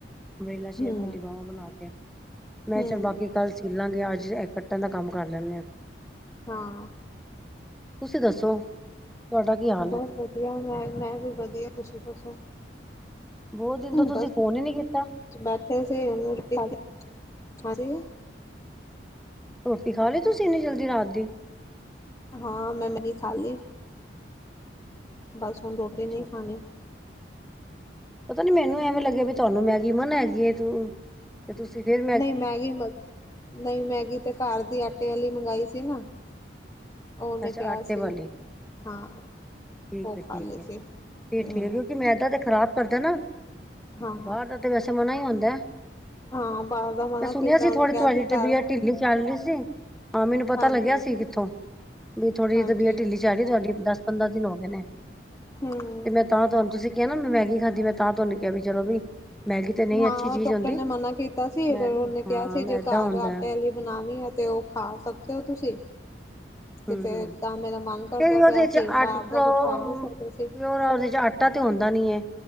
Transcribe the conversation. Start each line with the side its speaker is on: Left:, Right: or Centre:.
Centre: ਅਮਰੇਲਾ ਸ਼ੇਪ
Left: ਹੂੰ
Centre: ਵਾਲੀ ਬਾਵਾਂ ਬਨਾ ਕੇ। ਮੈਂ
Left: ਹੂੰ
Centre: ਚਲ ਬਾਕੀ ਕੱਲ ਸਿੱਲਾਂਗੇ, ਅੱਜ ਐ ਕੱਟਨ ਦਾ ਕੰਮ ਕਰ ਲੈਨੇ ਆਂ।
Left: ਹਾਂ।
Centre: ਤੁਸੀਂ ਦੱਸੋ ਤੁਹਾਡਾ ਕੀ ਹਾ
Left: ਬੱਸ ਵਧੀਆ ਮੈਂ-ਮੈਂ ਵੀ ਵਧੀਆ ਤੁਸੀਂ ਦੱਸੋ।
Centre: ਬੋਤ ਦਿਨ ਤੋਂ ਤੁਸੀਂ
Left: ਬਸ
Centre: ਫੋਨ ਈ ਨੀ ਕੀਤਾ।
Left: ਬੈਠੇ ਸੀ <unintelligible>
Centre: ਰੋਟੀ ਖਾ ਲੀ ਤੁਸੀਂ ਇੰਨੀ ਜਲਦੀ ਰਾਤ ਦੀ
Left: ਹਾਂ ਮੈਂ ਮੇਗੀ ਖਾ ਲੀ। ਬਸ ਹੁਣ ਰੋਟੀ
Centre: ਅੱਛਾ।
Left: ਨਈ ਖਾਣੀ।
Centre: ਪਤਾ ਨੀ ਮੈਨੂੰ ਐਵੇਂ ਲੱਗਿਆ ਵੀ ਤੁਹਾਨੂੰ ਮੈਗੀ ਮਨ ਹੈਗੀਏ ਤੂੰ ਤੇ ਤੁਸੀਂ ਫਿਰ
Left: ਨਈ ਮੈਗੀ ਮ ਨਈ ਮੈਗੀ ਤੇ ਘਰ ਦੀ ਆਟੇ ਆਲੀ ਮੰਗਾਈ ਸੀ ਨਾ। ਉਨੇ
Centre: ਅੱਛਾ
Left: ਕਿਆ
Centre: ਆਟੇ
Left: ਸੀ
Centre: ਵਾਲੀ
Left: ਹਾਂ।
Centre: ਠੀਕ
Left: ਉਹ ਖਾ
Centre: ਐ ਠੀਕ
Left: ਲਈ
Centre: ਐ ਫਿਰ
Left: ਸੀ ਹੂੰ
Centre: ਠੀਕ ਕਿਉਂਕਿ ਮੈਦਾ ਤੇ ਖ਼ਰਾਬ ਕਰਦਾ ਨਾ।
Left: ਹਾਂ
Centre: ਬਾਰ ਦਾ ਤੇ ਵੈਸੇ ਮਨਾ ਈ ਹੁੰਦਾ।
Left: ਹਾਂ ਬਾਹਰ ਦਾ ਮਨਾ
Centre: ਮੈਂ ਸੁਣਿਆ
Left: ਕੀਤਾ
Centre: ਸੀ
Left: ਉਹਨੂੰ
Centre: ਥੋੜੀ
Left: ਕਿਹਾ
Centre: ਤੁਹਾਡੀ
Left: ਸੀ ਘਰ
Centre: ਤਬੀਅਤ ਢਿੱਲੀ ਚੱਲ ਰਈ ਸੀ। ਹਾਂ ਮੈਨੂੰ ਪਤਾ
Left: ਹਾਂਜੀ
Centre: ਲੱਗਿਆ ਸੀ ਕਿੱਥੋਂ ਵੀ ਥੋੜ੍ਹੀ
Left: ਹਾਂਜੀ
Centre: ਤਬੀਅਤ ਢਿੱਲੀ ਜਾੜੀ ਤੁਹਾਡੀ ਦਸ ਪੰਦਰਾਂ ਦਿਨ ਹੋ ਗਏ ਨੇ
Left: ਹੂੰ
Centre: ਤੇ ਮੈਂ ਤਾਂ ਤੁਹਾਨੂੰ ਤੁਸੀਂ ਕ ਮੈਂ ਮੈਗੀ ਖਾਧੀ ਮੈਂ ਤਾਂ ਤਹਾਨੂੰ ਕਿਆ ਵੀ ਚਲੋ ਵੀ ਮੈਗੀ ਤੇ ਨਹੀਂ
Left: ਹਾਂ
Centre: ਅੱਛੀ ਚੀਜ਼
Left: ਡਾਕਟਰ
Centre: ਹੁੰਦੀ
Left: ਨੇ ਮਨਾ ਕੀਤਾ ਸੀ
Centre: ਮੈਂ
Left: ਫਿਰ ਉਨੇ
Centre: ਹਾਂ
Left: ਕਿਆ ਸੀ
Centre: ਮੈਦਾ
Left: ਜੇ ਘਰ
Centre: ਹੁੰਦਾ
Left: ਆਟੇ ਆਲੀ ਬਣਾਣੀ ਹੈ ਤੇ ਓ ਖਾ ਸਕਦੇ ਹੋ ਤੁਸੀਂ
Centre: ਹੂੰ
Left: ਤੇ ਫੇਰ
Centre: ਹੂੰ
Left: ਤਾਂ ਮੇਰਾ ਮਨ ਕਰਦਾ
Centre: ਤੇ ਉਹਦੇ
Left: ਪਿਆ ਅਸੀਂ
Centre: ਚ ਆਟ
Left: ਬਾਰ ਦਾ
Centre: ਪਿਓਰ
Left: ਕੁਛ ਖਾ ਨਈ ਸਕਦੇ ਸੀ।
Centre: ਉਹਦੇ ਚ ਆਟਾ ਤੇ ਆਂਦਾ ਨੀ ਹੈ